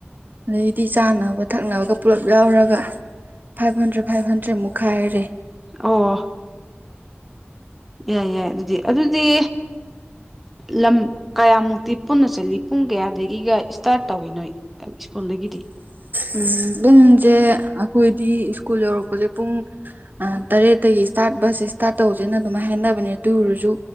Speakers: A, on the right (about 50°); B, in the centre.
A: ꯑꯗꯩꯗꯤ ꯆꯥꯅꯕ ꯊꯛꯅꯕꯒ ꯄꯨꯂꯞ ꯌꯥꯎꯔꯒ ꯐꯥꯏꯚ ꯍꯟꯗ꯭ꯔꯦꯟꯠ ꯐꯥꯏꯚ ꯍꯟꯗ꯭ꯔꯦꯟꯠꯃꯨꯛ ꯈꯥꯏꯔꯦ
B: ꯑꯣ ꯌꯥꯏ ꯌꯥꯏ ꯑꯗꯨꯗꯤ ꯑꯗꯨꯗꯤ ꯂꯝ ꯀꯌꯥꯃꯨꯛꯇꯤ ꯄꯨꯟꯅ ꯆꯠꯂꯤ ꯄꯨꯡ ꯀꯌꯥ ꯁꯤꯗꯒꯤꯒ ꯏꯁꯇꯥꯔꯠ ꯇꯧꯋꯤ ꯅꯣꯏ ꯁ꯭ꯀꯨꯜꯗꯒꯤꯗꯤ
A: ꯎꯝ ꯄꯨꯡꯖꯦ ꯑꯈꯣꯏꯗꯤ ꯁ꯭ꯀꯨꯜ ꯌꯧꯔꯛꯄꯖꯦ ꯄꯨꯡ ꯑ ꯇꯔꯦꯠꯇꯒꯤ ꯏꯁꯇꯥꯔꯠ ꯕꯁꯖꯦ ꯏꯁꯇꯥꯔꯠ ꯇꯧꯖꯦꯅ ꯑꯗꯨꯃꯥꯏ ꯍꯥꯏꯅꯕꯅꯦ ꯑꯗꯨ ꯑꯣꯏꯔꯖꯨ